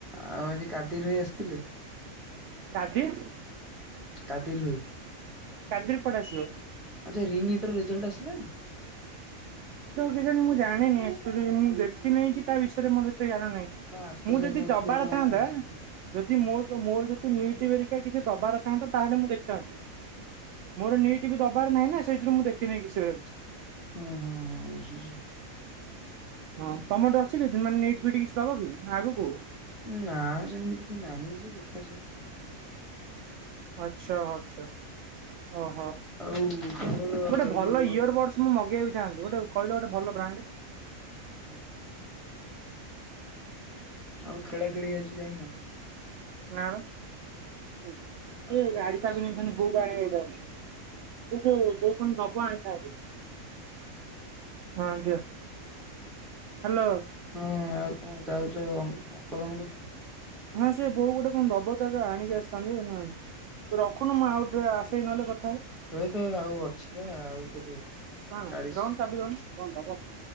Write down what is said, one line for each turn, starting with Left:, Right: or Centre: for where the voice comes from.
Centre: ଆଉ ଆଜି କାଦିର ଭାଇ ଆସିଥିଲେ?
Right: କାଦିର?
Centre: କାଦିର ଭାଇ।
Right: କଦିର କୁଆେଡ ଆସିବ।
Centre: ଆଚ୍ଛା ରିନିଟ୍ର ରେଜଲ୍ଟ ଆସିଲାଣି?
Right: ଜଣ ମୁଁ ଜାଣିନି ମୁଁ ଦେଖିିନହିଁ କି ତା ବିଷୟରେ ମୋର ସେ ଜାଣ ନାହିଁ
Centre: କଣ ଆଶୁତୋଷ
Right: ମୁଁ
Centre: ଭାଇ
Right: ଯଦି
Centre: କହୁଥିଲେ
Right: ଦବାର
Centre: କଣ
Right: ଥାନ୍ତା
Centre: ଭଲ ହେଇଛି।
Right: ଯଦି ମୋର ମୋର ଯଦି ନିଟ ବେରିକା କିଛି ଦବାରଥାନ୍ତା ତାହେଲେ ମୁଁ ଦେଖଥାନ୍ତି।
Centre: ହଁ
Right: ମୋର ନିଟ ବି ଦବାର ନାହିଁ ନା ସେଇଥିରୁ ମୁଁ ଦେଖିନ କିଛି।
Centre: ହଁ ହଁ ହଁ ବୁଝିଛି।
Right: ହଁ ତମର ଟଠେ ଅଛି ମାନେ ନିଟ୍ କିଛି ଦବ କି ଆଗକୁ?
Centre: ନା ସେମିତି କିଛି ନାହିଁ ଯେ ଦେଖାଯାଉ କଣ
Right: ଆଚ୍ଛା ଆଛା। ଓହୋ
Centre: ଆଉ ତମର
Right: ଗୋଟେ ଭଲ
Centre: ଯୋଉ ଆମର
Right: ଇୟର ବଡସ ମୁଁ ମଗେଇଛି ଗୋଟେ କହିଲ ଗୋଟେ ଭଲ ବ୍ରାଣ୍ଡ।
Centre: ହୁଁ। ଆଉ ଖେଳା ଖେଳି ଆଜି ଯାଇନ?
Right: ନା ବା ଟିକେ
Centre: ଆଉ ଆସୁତ
Right: ଗାଡି
Centre: ଯାଇକି ବସି
Right: ଚାବି ନେଇଥାନ୍ତି
Centre: ବସି ଆସିଥିବ।
Right: ବୋଉକୁ ଆଣିବାକୁ ଯାଇଥାନ୍ତି। ଏଇ ଯୋଉ ଦେଇ କଣ ଦବ ଆଣିଥାନ୍ତି। ହଁ <unintelligible> ହାଲୋ।
Centre: ହଁ ଆଉ କଣ ଯାଉଛ ଅଙ୍କଲଙ୍କ ପାଖକୁ?
Right: ହଁ ସେ ବୋଉ ଗୋଟେ କଣ ଦବ <unintelligible> ଆଣିକି ଆସିଥାନ୍ତି ତୁ ରଖୁନୁ ମୁଁ ଆଉ ଟିକେ ଆସେଇଁ ନହେଲେ କ
Centre: ରହିଥା ଆଉ ଅଛି ବା ଆଉ କେତେ
Right: କଣ
Centre: ଚାଳିଶ
Right: ଦଉନୁ ଚାବି ଦଉନୁ କଣ ଟା କଣ ଟା।